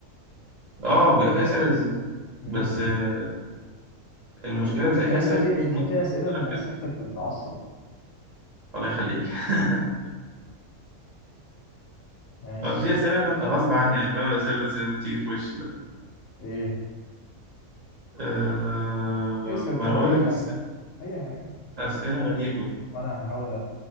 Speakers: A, on the right; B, on the left.
A: اه بيبقى فيه أسئلة لذيذة
B: امم
A: بس آه المشكلة
B: لكن
A: بتلاقي فيه
B: انت
A: أسئلة
B: في
A: كتير
B: انت
A: في النص
B: في اسئله من اسئلتك
A: كده
B: بتعصب
A: الله يخليك <laughs>
B: ماشي
A: ما في أسئلة أنا غصب عني يعني فاهم الأسئلة اللي زي- بتيجي في وشي بقى
B: ايه
A: آه
B: اسال
A: ما
B: كده
A: أنا بقول
B: اي
A: لك
B: حاجه
A: أسئلة
B: اي حاجه
A: أسئلة غريبة
B: وانا هحاول